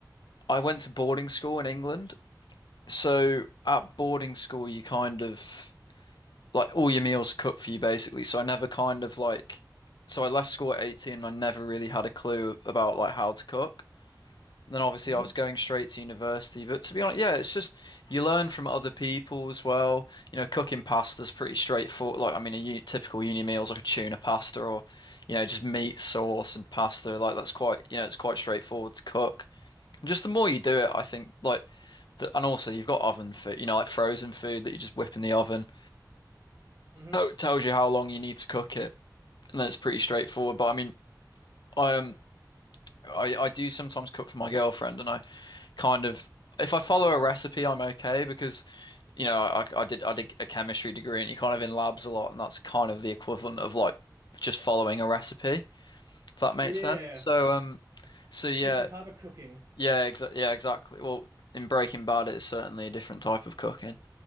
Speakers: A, on the left; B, on the right.
A: I went to boarding school in England. So at boarding school you kind of like all your meals are cooked for you basically. So I never kind of like so I left school at 18 and I never really had a clue about like how to cook. And then obviously
B: hmm
A: I was going straight to university, but to be honest, yeah, it's just you learn from other people as well. You know, cooking pasta's pretty straightforward. Like I mean a u typical uni meal is like a tuna pasta or you know just meat sauce and pasta. Like that's quite you know it's quite straightforward to cook. And just the more you do it, I think like the, and also you've got oven food, you know, like frozen food that you just whip in the oven.
B: hmm
A: So It tells you how long you need to cook it, and then it's pretty straightforward. But I mean, I um I, I do sometimes cook for my girlfriend, and I kind of if I follow a recipe, I'm okay because you know I, I did I did a chemistry degree, and you're kind of in labs a lot, and that's kind of the equivalent of like just following a recipe, if that makes
B: Yeah.
A: sense. So um so yeah.
B: Different type of cooking.
A: Yeah, exa yeah, exactly. Well, in Breaking Bad, it's certainly a different type of cooking.